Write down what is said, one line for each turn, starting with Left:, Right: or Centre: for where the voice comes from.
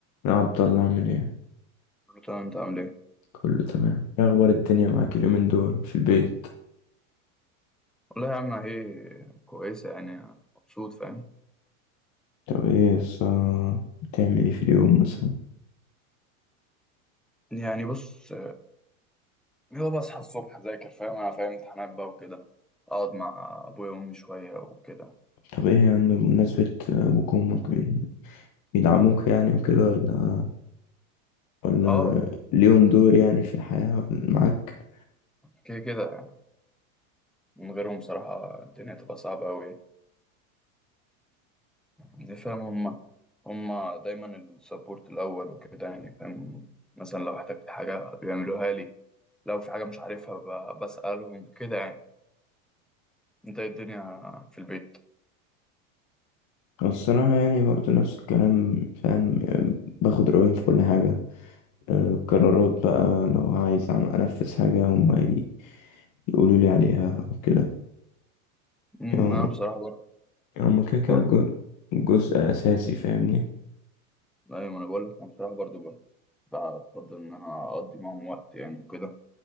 Left: يا عبد الله عامل ايه
Centre: تمام انت عامل ايه
Left: كله تمام إيه اخبار الدنيا معاك اليومين دول في البيت
Centre: والله يا عم ايه كويسه يعني مبسوط فاهم
Left: طب ايه الص بتعمل ايه في اليوم مثلا
Centre: يعني بص هو بصحى الصبح اذاكر فاهم انا فاهم امتحانات بقى وكده اقعد مع ابويا وامي شويه وكده
Left: طب ايه يا عم بمناسبة ابوك وامك بي- بيدعموك يعني وكده ولا ولا
Centre: اه
Left: ليهم دور يعني في الحياة ولا معاك
Centre: كده كده يعني. من غيرهم بصراحه الدنيا تبقى صعبه قوي يعني فاهم هما هما دايما السبورت الاول وكده يعني فاهم مثلا لو احتجت حاجه بيعملوها لي لو في حاجه مش عارفها ب- بسالهم كده يعني انت ايه الدنيا في البيت
Left: أنا الصراحة يعني برضو نفس الكلام فاهم باخد رأيهم في كل حاجة آه، القرارات بقى لو عايز أعمل- أنفذ حاجة هما ي- يقولوا لي عليها أو كده
Centre: امم،
Left: يعني هما
Centre: انا بصراحه برضه
Left: هما كده كده
Centre: برضه
Left: جو- جزء أساسي فاهمني
Centre: ايوه ما انا بقول لك انا بصراحه برضه بقى أفضل إن أنا أقضي معاهم وقت يعني وكده